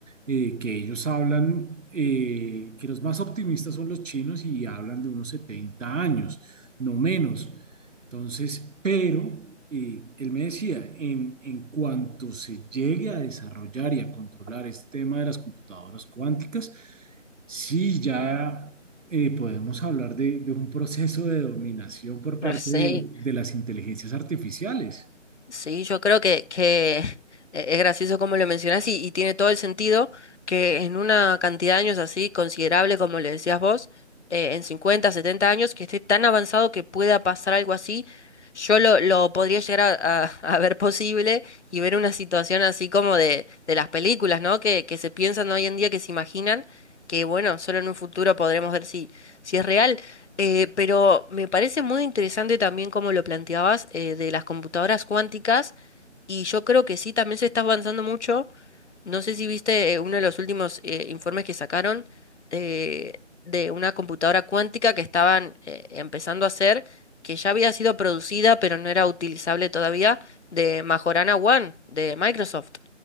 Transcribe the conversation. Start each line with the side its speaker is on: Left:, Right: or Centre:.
Right: eh, que ellos hablan, eh, que los más optimistas son los chinos y hablan de unos 70 años, no menos. Entonces, pero eh, él me decía, en, en cuanto se llegue a desarrollar y a controlar este tema de las computadoras cuánticas, sí ya eh, podemos hablar de, de un proceso de dominación por parte
Left: No sé.
Right: de, de las inteligencias artificiales.
Left: Sí, yo creo que, que <laughs> e- es gracioso como lo mencionás y, y tiene todo el sentido que en una cantidad de años así considerable, como le decías vos, eh, en 50, 70 años, que esté tan avanzado que pueda pasar algo así, yo lo, lo podría llegar a, a- <laughs> a ver posible y ver una situación así como de, de las películas, ¿no? Que, que se piensan hoy en día, que se imaginan, que bueno, solo en un futuro podremos ver si, si es real. Eh, pero me parece muy interesante también como lo planteabas eh, de las computadoras cuánticas y yo creo que sí, también se está avanzando mucho. No sé si viste eh, uno de los últimos eh, informes que sacaron eh, de una computadora cuántica que estaban eh, empezando a hacer, que ya había sido producida pero no era utilizable todavía, de Majorana One de Microsoft.